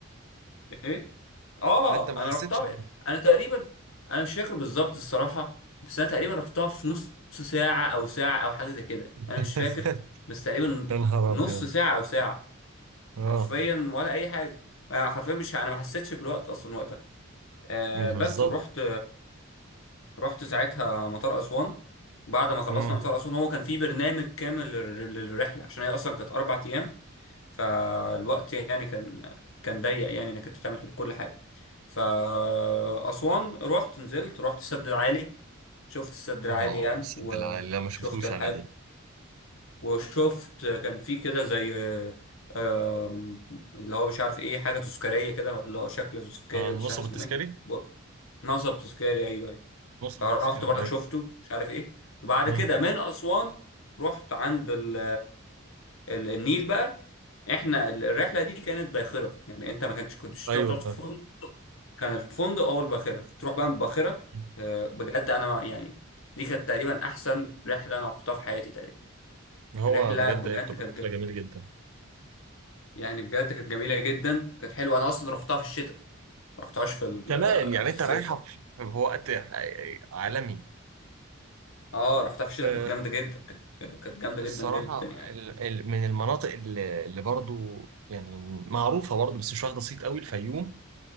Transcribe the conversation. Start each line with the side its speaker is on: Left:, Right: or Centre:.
Left: ايه اه
Right: ده انت ما حسيتش
Left: انا رحتها
Right: بحاجة
Left: انا تقريبا انا مش فاكر بالظبط الصراحه بس انا تقريبا رحتها في نص ساعه او ساعه او حاجه زي كده
Right: <laughs>
Left: انا مش فاكر بس تقريبا
Right: يا نهار
Left: نص
Right: ابيض
Left: ساعه او ساعه
Right: اه
Left: حرفيا ولا اي حاجه انا حرفيا مش انا ما حسيتش بالوقت اصلا وقتها آه
Right: مم، بالظبط
Left: بس ورحت رحت ساعتها مطار اسوان بعد ما خلصنا
Right: مم.
Left: مطار اسوان هو كان في برنامج كامل لل- للرحله عشان هي اصلا كانت اربع ايام فالوقت يعني كان كان ضيق يعني انك انت تعمل كل حاجه فاسوان رحت نزلت رحت السد العالي شفت السد العالي
Right: اه
Left: يعني
Right: سد
Left: وشفت
Right: العالي لا ما شفتوش
Left: الحاج
Right: انا دي
Left: وشفت كان في كده زي آم، اللي هو مش عارف ايه حاجة تذكارية كده اللي هو شكل تذكاري
Right: آه،
Left: ولا مش
Right: نصب
Left: عارف اسمه
Right: التذكاري
Left: ايه ب- نصب تذكاري ايوه ايوه
Right: نصب
Left: فرحت
Right: التذكاري
Left: برضك
Right: ايوه
Left: شفته مش عارف ايه وبعد
Right: مم.
Left: كده من اسوان رحت عند ال ال- النيل بقى احنا ال- الرحله دي كانت باخره يعني انت ما كنتش كنتش
Right: ايوه
Left: تروح تقعد
Right: فاهم
Left: في فندق كان الفندق هو الباخره كنت تروح بقى من الباخره
Right: مم.
Left: آه، بجد انا يعني دي كانت تقريبا احسن رحله انا رحتها في حياتي تقريبا
Right: هو
Left: رحله
Right: بجد
Left: بجد
Right: هي بتبقى
Left: كانت
Right: رحله جميله جدا
Left: يعني بجد كانت جميله جدا كانت حلوه انا اصلا رحتها في الشتاء ما رحتهاش في ال-
Right: كمان
Left: آه،
Right: يعني
Left: في
Right: انت
Left: الصيف
Right: رايحه
Left: رحت
Right: في وقت عالمي
Left: اه رحتها في الشتاء
Right: آه،
Left: كانت جامده جدا كانت كانت جامده
Right: الصراحة
Left: جدا جدا يعني
Right: ال- ال- من المناطق اللي, اللي برضو يعني معروفة برضو بس مش واخدة صيت قوي الفيوم